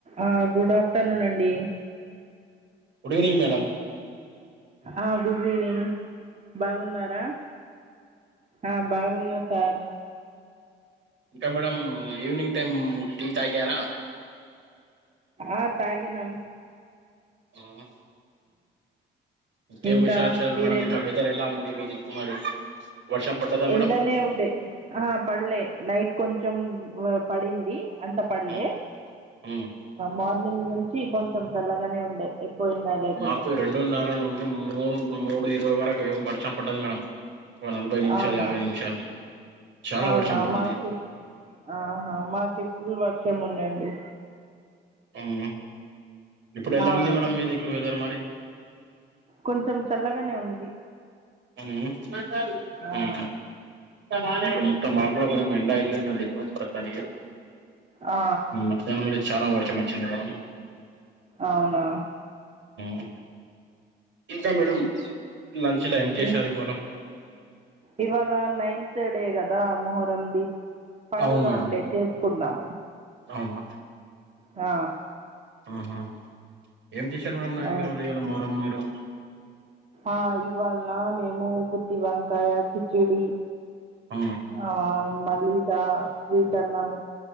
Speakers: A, on the right; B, on the right.
A: ఆ good afternoon అండి
B: good evening madam
A: ఆ గుడ్ ఈవినింగ్ బాగున్నారా ఆ బాగున్నాను ఆ
B: ఇంకా మేడమ్ ఈవినింగ్ టైమ్ టీ తాగరా
A: ఆ తాగినం
B: ఉమ్ ఇంకేం
A: ఇంకా
B: విశేషాలు
A: మీరేం
B: మేడం ఇంకా
A: చే-
B: వెదర్ ఎలా ఉంది మీది కు మరి వర్షం పడ్డదా మేడం
A: ఎండనే ఉండే ఆహా పడలే లైట్ కొంచెం పడింది అంత పడ్లే
B: ఉమ్, ఉమ్.
A: మార్నింగ్ నుంచి కొంచెం చల్లగానే ఉండే ఎక్కువ ఎండ లేకుండే
B: మాకు రెండున్నర నుండి మూడు మూడు ఇరవై వరకు ఏం వర్షం పడ్డది మేడం ఓ నలభై నిమిషాలు,
A: అవునా
B: యాభై నిమిషాలు చాలా
A: అవునా
B: వర్షం పడ్డది
A: మాకి ఆహా మాకి ఫుల్ వర్షం ఉండే అండి
B: ఉమ్ హు ఇప్పుడు ఎలా
A: అవును
B: ఉంది మేడం మీదిక్కు వెదర్ మరి
A: కొంచం చల్లగానే ఉంది
B: హు హు ఉమ్
A: ఆ
B: హు మ్ మాకు కూడా కొంచెం ఎండా ఎల్లి ఉన్నది ఇప్పుడు ప్రస్తుతానికి
A: ఆ
B: మద్యాహ్నం కూడ చాలా వర్షం వచ్చింది మేడం
A: అవునా
B: మ్ ఇంకా మేడం లంచ్ లో ఏం చేశారు
A: ఇంక్
B: ఇవాళ
A: ఇవాళ నైన్త్ డే కదా మొహరంది పండుగ
B: అవును మేడం
A: ఉండే చేసుకున్నాం
B: అవునా
A: ఆ
B: ఆహా ఏం చేశారు మేడమ్ నైన్త్
A: అవు
B: రోజు ఇయ్యాల మరి మీరు
A: ఆ ఇవాల్నా మేము గుత్తి వంకాయ, కిచిడి
B: ఆ
A: ఆ మలీదా, స్వీటన్నం